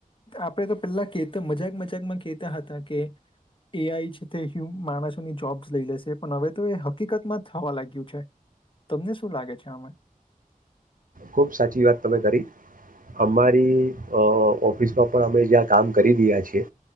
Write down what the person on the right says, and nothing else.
ખુબ સાચી વાત તમે કરી, અમારી ઓફિસમાં પણ અમે જ્યાં કામ કરી રહ્યા છીએ,